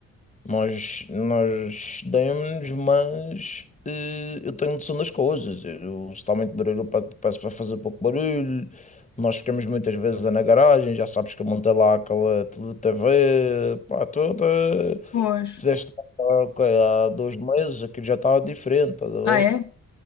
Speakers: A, on the left; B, on the left.
A: Nós, nós demos, mas eh, eu tenho noção das coisas. Eu, se está muito barulho, eu pe- peço para fazer pouco barulho. Nós ficamos muitas vezes na garagem, já sabes que eu montei lá aquela tele- TV, pá, toda.
B: pois.
A: Tiveste lá, ok, há dois meses, aquilo já estava diferente, estás a
B: Ah,
A: ver?
B: é?